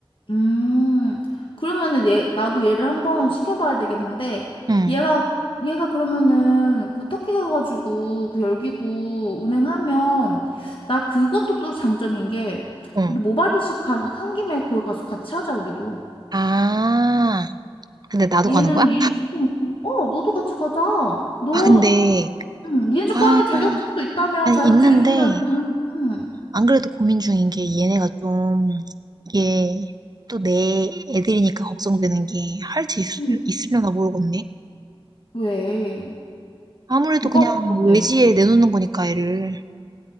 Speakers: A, on the left; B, on the right.
A: 음, 그러면은 얘, 나도 얘를 한번 시켜봐야 되겠는데,
B: 응.
A: 얘가, 얘가 그러면은 그 터키 가가지고 그 열기구 운행하면, 나 그것도 또 장점인 게,
B: 응
A: 우리 모발이식 한, 한 김에 거기 가서 같이 하자, 우리도.
B: 아. 근데 나도
A: 얘는
B: 가는 거야?
A: 일 시켜놓고, 어, 너도 같이 가자. 너,
B: 아 근데
A: 음, 니네 집
B: 아
A: 고양이는 자격증도 있다며,
B: 아니
A: 자격증
B: 있는데
A: 있으면 뭔, 음,
B: 안 그래도 고민 중인 게 얘네가 좀 이게 또 내 애들이니까 걱정되는 게 할 수
A: 음.
B: 있으려나 모르겠네.
A: 왜?
B: 아무래도
A: 뭐가
B: 그냥
A: 걱정돼?
B: 외지에 내놓는 거니까 애를.